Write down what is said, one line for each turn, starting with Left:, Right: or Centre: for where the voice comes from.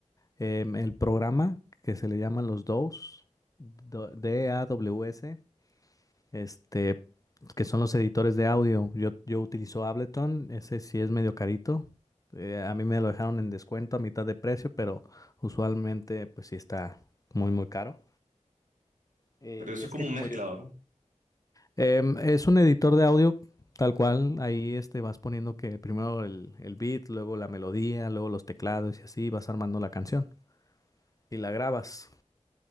Left: em, el programa que se le llama los DAWs, D-A-W-S, este, que son los editores de audio. Yo, yo utilizo Ableton, ese sí es medio carito. Eh, a mí me lo dejaron en descuento a mitad de precio, pero usualmente pues sí está muy, muy caro. Eh,
Right: Pero eso
Left: y es
Right: es como
Left: que
Right: un
Left: como
Right: mezclador.
Left: yo... Em, es un editor de audio tal cual, ahí este, vas poniendo que primero el, el beat, luego la melodía, luego los teclados y así vas armando la canción y la grabas.